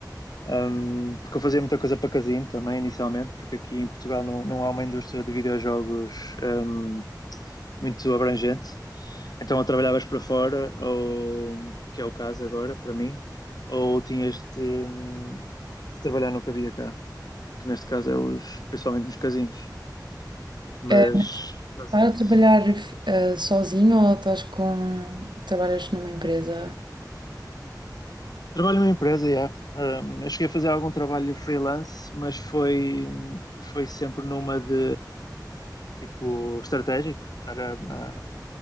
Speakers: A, on the left (about 60°); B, on the right (about 85°).
A: Um, porque eu fazia muita coisa para casino também inicialmente, porque aqui em Portugal não, não há uma indústria de videojogos um, muito abrangente. Então, ou trabalhavas para fora, ou que é o caso agora para mim, ou tinhas de, hum, de trabalhar no que havia cá, que neste caso é os, principalmente nos casinos. Mas,
B: Eh, mas
A: mas
B: estás a trabalhar eh, sozinho ou estás com... trabalhas numa empresa?
A: trabalho numa empresa, yeah. Um, eu cheguei a fazer algum trabalho freelance, mas foi, foi sempre numa de tipo estratégico, estar a, a